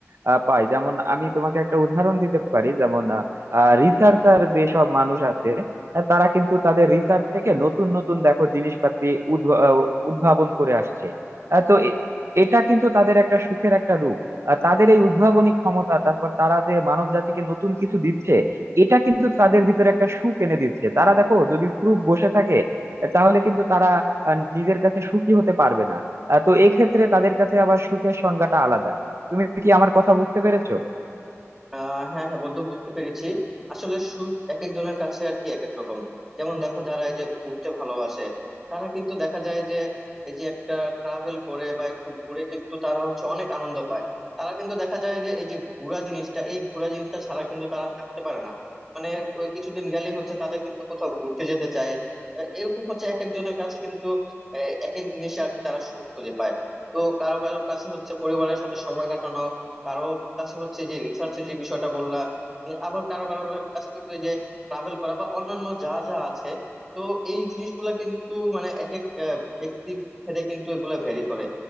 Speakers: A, on the right; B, in the centre.
A: আহ, পায় যেমন আমি তোমাকে একটা উদাহরণ দিতে পারি যেমন রিসার্চার যেসব মানুষ আছে আহ, তারা কিন্তু তাদের রিসার্চ থেকে নতুন নতুন দেখো জিনিসপাতি উদ্ভ- আহ, উদ্ভাবন করে আসছে আহ, তো এ- এটা কিন্তু তাদের একটা সুখের একটা রূপ আহ, তাদের এই উদ্ভাবনী ক্ষমতা তারপর তারা যে মানব জাতিকে নতুন কিছু দিচ্ছে এটা কিন্তু তাদের ভিতরে একটা সুখ এনে দিচ্ছে তারা দেখো যদি স্ত্রূপ বসে থাকে তাহলে কিন্তু তারা আহ, নিজের কাছে সুখী হতে পারবে না আহ, তো এক্ষেত্রে তাদের কাছে আবার সুখের সংজ্ঞাটা আলাদা তুমি কি আমার কথা বুঝতে পেরেছো
B: আহ হ্যাঁ হ্যাঁ বন্ধু বুঝতে পেরেছি আসলে সুখ এক একজনের কাছে আর কি এক এক রকম যেমন দেখো যারা এই যে ঘুরতে ভালোবাসে তারা কিন্তু দেখা যায় যে এই যে একটা ট্রাভেল করে বা একটু ঘুরে কিন্তু তারা হচ্ছে অনেক আনন্দ পায় তারা কিন্তু দেখা যায় যে এই যে ঘোরা জিনিসটা এই ঘোরা জিনিসটা ছাড়া কিন্তু তারা থাকতে পারে না মানে ক- কিছুদিন গেলে হচ্ছে তাদের কিন্তু কোথাও ঘুরতে যেতে চায় আহ, এরকম হচ্ছে এক একজনের কাছে কিন্তু আহ, এক এক জিনিসে আর কি তারা সুখ খুঁজে পায় তো কারো কারো কাছে হচ্ছে পরিবারের সাথে সময় কাটানো কারো কাছে হচ্ছে যে রিসার্চের যে বিষয়টা বললা মানে আবার কারো কারো কাছে কিন্তু এই যে ট্রাভেল করা বা অন্যান্য যা যা আছে তো এই জিনিসগুলা কিন্তু মানে এক এক আহ, ব্যক্তির ভেদে কিন্তু এগুলা ভ্যারি করে